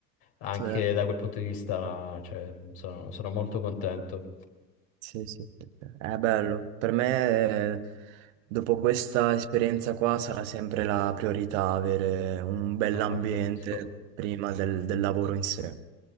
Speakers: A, on the left (about 50°); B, on the right (about 55°).
A: Anche
B: Sì,
A: da quel punto di vista, cioè, sono, sono molto contento.
B: sì, sì. sì. È bello. Per me, eh, dopo questa esperienza qua, sarà sempre la priorità avere un bell'ambiente
A: No, ma ti capisco,
B: prima del, del lavoro in sé.